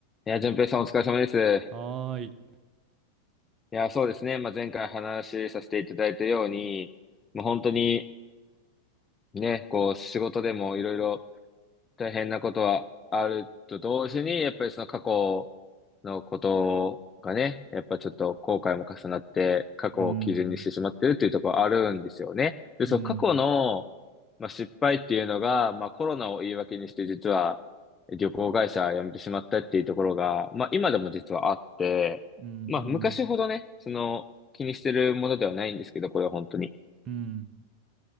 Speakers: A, on the left; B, on the right.
A: いや、淳平さんお疲れ様です。
B: はい、
A: いや、そうですね。まあ、前回話しさせていただいたように、まあ本当にね、こう仕事でもいろいろ大変なことはあると同時に、やっぱりその過去のことがね、やっぱちょっと後悔も重なって、過去を基準にしてしまってるっていうところあるんですよね。
B: うん、
A: で、
B: うん、
A: その過去の、
B: うん、
A: まあ、失敗っていうのが、まあ、コロナを言い訳にして実は旅行会社辞めてしまったっていうところが、まあ、今でも実はあって、
B: うん、
A: まあ、昔ほどね、その気にしてるものではないんですけど、これは本当に。
B: うん、